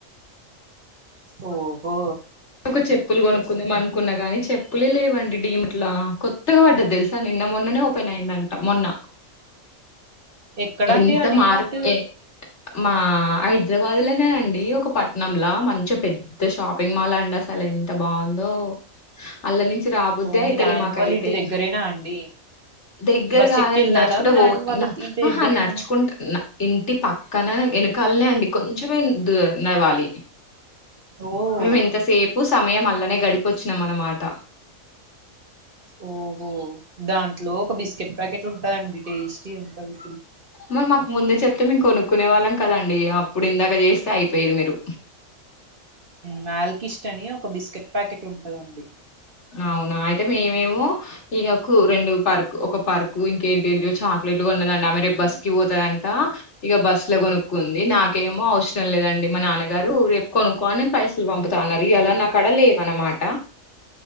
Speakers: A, on the right; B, on the left.
A: ఓహో!
B: నేను ఒక చెప్పులు కొనుక్కుంది మన అనుకున్నా కాగాని చెప్పులే లేవండి డిమాట్లా కొత్తగా పడ్డది తెలుసా నిన్న మొన్ననే ఓపెన్ అయిందంట మొన్న
A: ఎక్కడండి
B: ఎంత
A: ఆ డీమార్ట్
B: మార్ ఏ మా హైదరాబాద్ లోనేనండి ఒక పట్నంలా మంచిగా పెద్ద షాపింగ్ మాల్ అండి అసలు ఎంత బాగుందో! అల్ళ నుంచి రాబోద్దే
A: ఓ
B: అయితలే
A: మీ నాయనమ్మ
B: మాక
A: వాళ్ళ
B: అయితే
A: ఇంటి దగ్గరేనా
B: వాళ్ల నుంచి మాకు రాబుద్ధి అయితలేదు
A: అండి
B: దగ్గర
A: బస్
B: కాదండి
A: ఎక్కి వెళ్ళాలా
B: నడుచుకుంటే
A: మీ నాయనమ్మ వాళ్ళ ఇంటి
B: ఓహ
A: దగ్గరేనా
B: నడుచుకుంట ఇంటి పక్కన వెనకాలనే అండి కొంచెమే నవ్వాలి
A: ఓ
B: నువ్వు ఇంతసేపు మేము అలానే గడిపొచ్చినం మాట
A: ఓహో దాంట్లో ఒక బిస్కెట్ ప్యాకెట్ ఉంటందండి టేస్టీ ఉంటది
B: మరి మాకు ముందే చెప్తే మేం కొనుక్కునే వాళ్ళం కదండి అప్పుడు ఇందాక చేస్త అయిపోయది మీరు
A: మా ల్ కిస్ట్ అని ఒక బిస్కెట్ ప్యాకెట్ ఉంటందండి
B: అవునా అయితే మేమేమో ఇకకు రెండు పర్క్ ఒక పర్కు ఇంకేంటి ఏంటో చాక్లెట్లు కొన్నదండి ఆమె రేపు బస్ కి పోతదంట ఇక బస్ లో కొనుక్కుంది నాకేమో అవసరం లేదండి మా నాన్నగారు రేపు కొనుక్క అని పైసలు పంపుతాన్నారు ఇ అలా నాక్కడ లేవ అనమాట